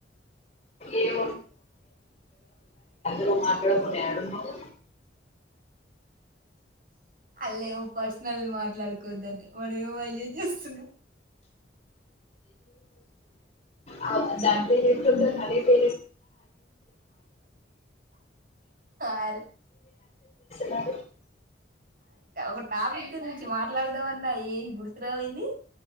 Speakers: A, on the left; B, on the right.
A: ఏం నువ్వు మాట్లాడకుండా ఏడున్నావ్.
B: అళ ఏమో పర్సనల్ మాట్లాడుకోద్దని మనం ఏమో అయ్యే చేస్తున్నాం.
A: ే పే
B: అరే
A: హ. గు
B: ఒక టాపిక్ గురించి మాట్లాడదామన్నా ఏం గుర్తు రావేంది.